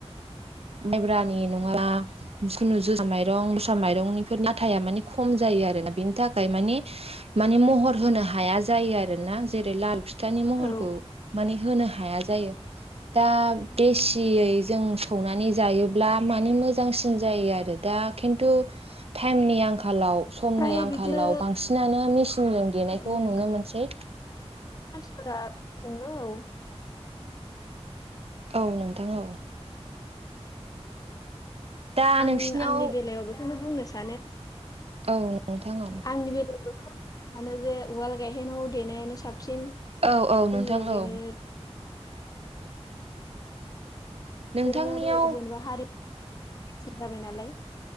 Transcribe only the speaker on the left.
औ
औ
फ्राय
बिदिनो
टाइमनि
संङो औ
आं
आंनि बेलायावबो बेखौनो बुंनो सानो
आंनि बेलायाव आनो जे उवाल गायहेनाव देनायानो साब- सिन मानोना
जोंनि बेनो
दोरोङारि जेनेबा हारिनि नेरसोन जाबाय नालाय